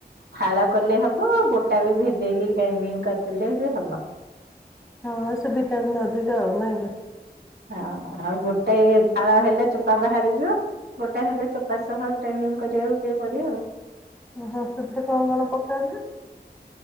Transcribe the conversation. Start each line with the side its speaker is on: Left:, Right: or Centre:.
Right: ଫାଳ କଲେ ହବ ଆଉ ଗୋଟା ବି ଭେଦେଇକି ଗ୍ରାଇଣ୍ଡିଙ୍ଗ କରିଦେଲେ ବି ହବ
Centre: ହଁ ସେ ଭିଟାମିନ ଅଧିକ ଆଉ ନାଇଁକି?
Right: ହଁ ଆଉ ଗୋଟେ ଫାଳ ହେଲେ ଚୋପା ବାହାରିଯିବ। ଗୋଟା ହେଲେ ଚୋପା ସହ ଗ୍ରାଇଣ୍ଡିଙ୍ଗ କରିବାକୁ ଟିକେ ପଡିବ ଆଉ।
Centre: ଓ ହଁ ସେଥିରେ କଣ କଣ ପକାଯାଏ?